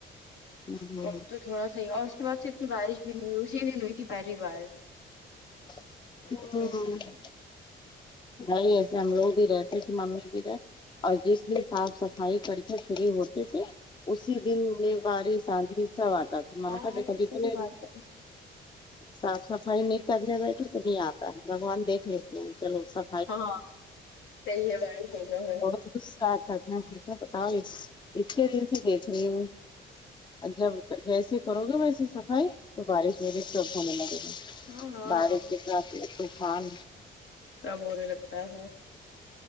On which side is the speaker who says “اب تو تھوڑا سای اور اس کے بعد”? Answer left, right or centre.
Left